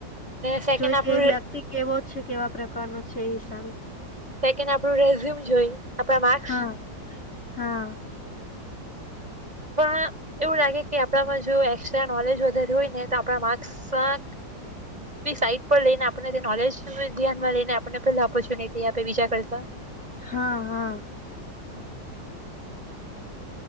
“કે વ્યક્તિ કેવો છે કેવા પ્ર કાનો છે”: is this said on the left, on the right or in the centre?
Left